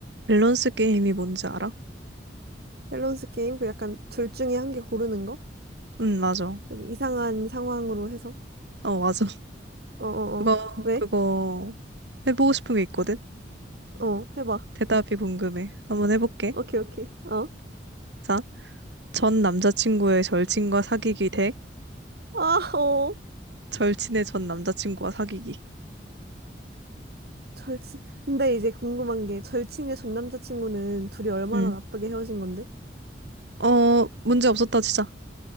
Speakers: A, on the right (about 75°); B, on the right (about 60°).
A: 밸런스 게임이 뭔지 알아?
B: 밸런스 게임? 그 약간 둘 중에 한 개 고르는 거?
A: 응, 맞아.
B: 좀 이상한 상황으로 해서.
A: 어, 맞아. <laughs>
B: 어어어.
A: 그거,
B: 왜?
A: 그거 해보고 싶은 게 있거든?
B: 어, 해봐.
A: 대답이 궁금해. 한번 해볼게.
B: 오케이, 오케이. 어.
A: 자, 전 남자친구의 절친과 사귀기 대
B: 아, 어.
A: 절친의 전 남자친구와 사귀기.
B: 절친. 근데 이제 궁금한 게 절친의 전 남자친구는 둘이 얼마나
A: 응.
B: 나쁘게 헤어진 건데?
A: 어, 문제 없었다, 진짜.